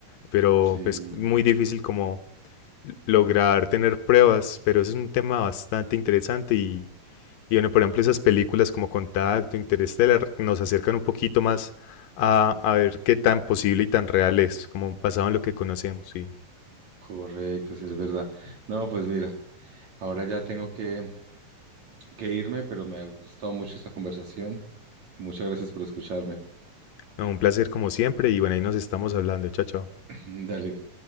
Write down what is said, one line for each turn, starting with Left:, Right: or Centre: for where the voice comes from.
Left: pero
Right: sí,
Left: es muy difícil como lograr tener pruebas, pero es un tema bastante interesante y, y bueno, por ejemplo, esas películas como Contacto, Interestelar, nos acercan un poquito más a, a ver qué tan posible y tan real es, como basado en lo que conocemos. Y
Right: correcto, sí es verdad. No, pues mira, ahora ya tengo que, que irme, pero me ha gustado mucho esta conversación. Muchas gracias por escucharme.
Left: no, un placer como siempre. Y bueno, ahí nos estamos hablando. Chao, chao.
Right: <laughs> Dale.